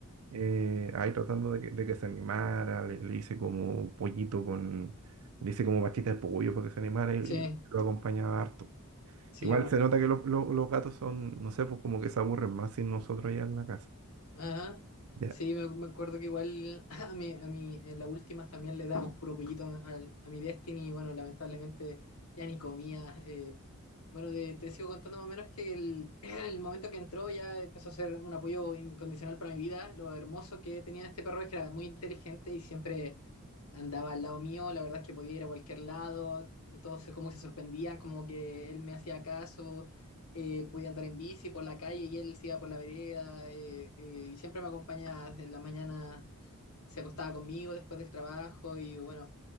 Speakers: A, on the right; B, on the left.
A: eh, ahí tratando de que, de que se animara, le, le hice como pollito con, le hice como pastita de pollo para que se animara y,
B: Sí,
A: y lo acompañaba harto.
B: sí,
A: Igual se nota que los, los- los gatos son, no sé, pues como que se aburren más sin nosotros ya en la casa.
B: Ajá.
A: Ya,
B: Sí, me, me acuerdo que igual <laughs> a mi, a mi, en las últimas también le damos puro pollito al- a, mi Destiny y bueno, lamentablemente ya ni comía. eh. bueno, de- te sigo contando más o menos que el, <clears throat> el momento que entró ya empezó a ser un apoyo incondicional para mi vida. Lo hermoso que tenía este perro es que era muy inteligente y siempre andaba al lado mío, la verdad es que podía ir a cualquier lado, todos se- como que se sorprendían, como que él me hacía caso, eh, podía andar en bici por la calle y él se iba por la vereda, eh, eh, y siempre me acompañaba en la mañana, se acostaba conmigo después del trabajo y bueno,